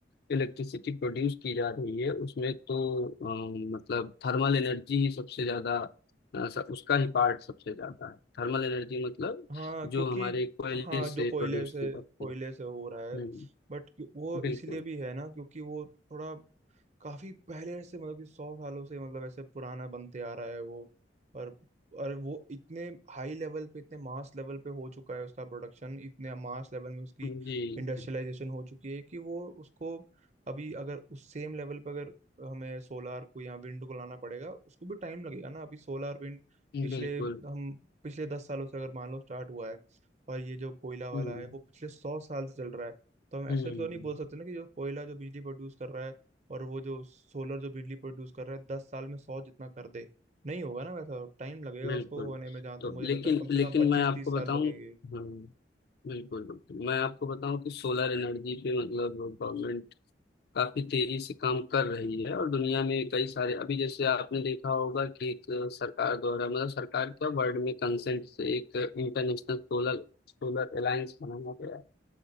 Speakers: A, on the left (about 60°); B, on the right (about 40°).
A: इलेक्ट्रिसिटी प्रोड्यूस की जा रही है उसमें तो अम, मतलब थर्मल एनर्जी ही सबसे ज्यादा अ, स- उसका ही पार्ट सबसे ज्यादा है थर्मल एनर्जी मतलब
B: हाँ क्योंकि
A: जो हमारे कोयले
B: हाँ जो
A: से
B: कोयले
A: प्रोड्यूस
B: से
A: की जाती
B: कोयले
A: है
B: से हो रहा है
A: हम्म
B: बट वो
A: बिल्कुल
B: इसीलिए भी है ना क्योंकि वो थोड़ा काफी पहले से मतलब कि सौ सालों से मतलब ऐसे पुराना बनते आ रहा है वो और और वो इतने हाई लेवल पे इतने मास लेवल पे हो चुका है उसका प्रोडक्शन इतने मास लेवल में उसकी
A: जी
B: इंडस्ट्रियलाइजेशन हो चुकी है कि वो उसको अभी अगर उस सेम लेवल पे अगर हमें सोलार को या विंड को लाना पड़ेगा उसको भी टाइम लगेगा ना अभी सोलार विंड पिछले
A: बिल्कुल
B: हम पिछले दस सालों से अगर मान लो स्टार्ट हुआ है और ये जो कोयला वाला
A: हम्म
B: है वो पिछले सौ साल से चल रहा है तो हम ऐसे
A: हम्म
B: तो नहीं बोल सकते ना कि जो कोयला जो बिजली प्रोड्यूस कर रहा है और वो जो सोलर जो बिजली प्रोड्यूस कर रहा है दस साल में सौ जितना कर दे नहीं होगा ना वैसा टाइम लगेगा
A: बिल्कुल
B: उसको होने में जहाँ तक
A: तो
B: मुझे
A: लेकिन
B: लगता है कम से
A: लेकिन
B: कम पच्चीस
A: मैं आपको
B: तीस
A: बताऊं
B: साल लगेंगे
A: हम्म बिल्कुल बिल्कुल मैं आपको बताऊं कि सोलर एनर्जी पे मतलब गवर्नमेंट काफी तेजी से काम कर रही है और दुनिया में कई सारे अभी जैसे आपने देखा होगा कि एक सरकार द्वारा मतलब सरकार क्या वर्ल्ड में कंसेंट से एक इंटरनेशनल सोलर सोलर अलायंस बनाया गया है